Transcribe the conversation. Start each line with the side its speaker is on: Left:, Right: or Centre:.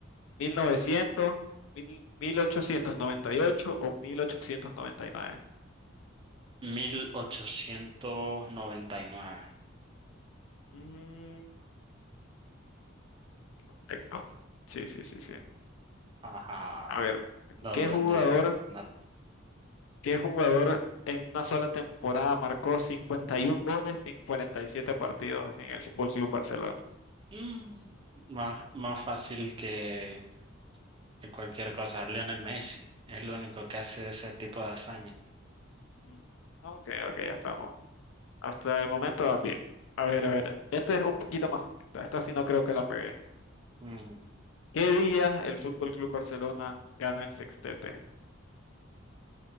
Left: 1900 mil- 1898 o 1899.
Right: mil ochocientos noventa y nueve
Left: Mm, correcto. Sí, sí, sí, sí.
Right: Ajá,
Left: A ver,
Right: dado
Left: ¿qué jugador,
Right: desde el. nat-
Left: qué jugador en una sola temporada marcó 51 goles en 47 partidos en el Fútbol Club Barcelona?
Right: Mm, Más, más fácil que, que cualquier cosa. Lionel Messi es el único que hace ese tipo de hazaña.
Left: Mm, Ok, ok, ya estamos. Hasta el momento va bien. A ver, a ver. Esta es un poquito más. corta, Esta sí no creo que la pegué.
Right: Mm,
Left: ¿Qué día el Fútbol Club Barcelona gana el sextete?